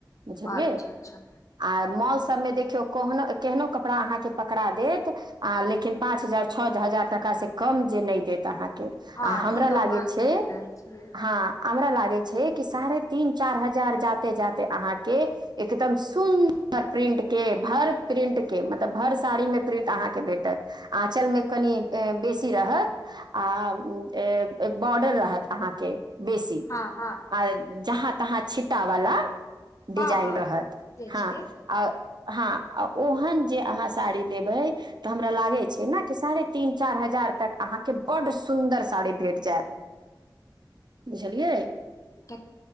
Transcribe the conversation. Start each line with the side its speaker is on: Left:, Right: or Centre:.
Right: बुझलियै
Left: अच्छा अच्छा
Right: आ मौल सब देखियो केहनो कपड़ा अ पकड़ा देत लेकिन पाँच हजार टाका से कम जे दे अहाँक
Left: हँ
Right: आ हमरा
Left: ई तऽ
Right: लागै
Left: अहाँ
Right: छै
Left: सही कहै छियै
Right: हँ हमरा लागे छै कि सारे तीन चार हजार जाते जाते अहाँके एकदम सुन्दर प्रिंट के भर प्रिंट के मतलब भर साड़ी मे प्रिंट अहाँके भेटत आंचल मे कनि बेसी रहत आ बॉर्डर रहत अहाँके बेसी
Left: हँ हँ
Right: आर जहाँ तहाँ छिटा वला डिजाइन
Left: हँ हँ
Right: रहत
Left: बुझै
Right: हँ
Left: छियै
Right: आ हँ ओहन जे अहाँ साड़ी लेबै तऽ हमरा लागै छै ने कि साढ़े तीन चारि हजार तक अहाँके बड्ड सुन्दर साड़ी भेट जायत बुझलियै
Left: तऽ